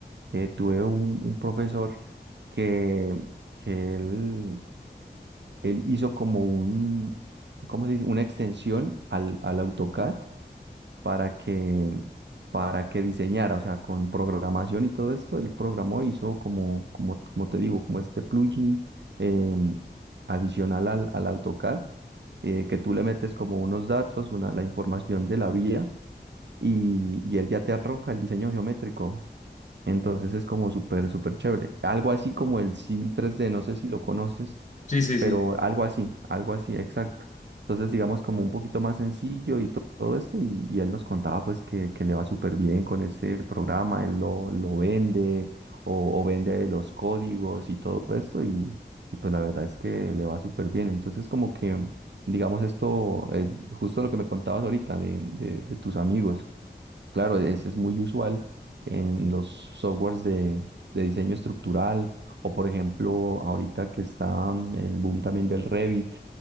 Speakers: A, on the right (about 80°); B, on the left (about 40°).
A: eh, tuve un, un profesor que, que él, él hizo como un, ¿cómo se dice? Una extensión al, al AutoCAD para que, para que diseñara, o sea, con programación y todo esto, él programó, hizo como, como, como te digo, como este plugin em, adicional al, al AutoCAD, eh, que tú le metes como unos datos, una, la información de la vía y, y él ya te arroja el diseño geométrico. Entonces es como súper, súper chévere. Algo así como el Civil tres d no sé si lo conoces,
B: Sí, sí, sí.
A: pero algo así, algo así, exacto. Entonces digamos como un poquito más sencillo y to- todo esto, y, y él nos contaba pues que, que le va súper bien con ese programa, él lo, lo vende o, o vende los códigos y todo esto, y, y pues la verdad es que le va súper bien. Entonces como que, digamos esto, eh, justo lo que me contabas ahorita de, de de tus amigos Claro, es, es muy usual en los softwares de, de diseño estructural o, por ejemplo, ahorita que está mm, el boom también del Revit,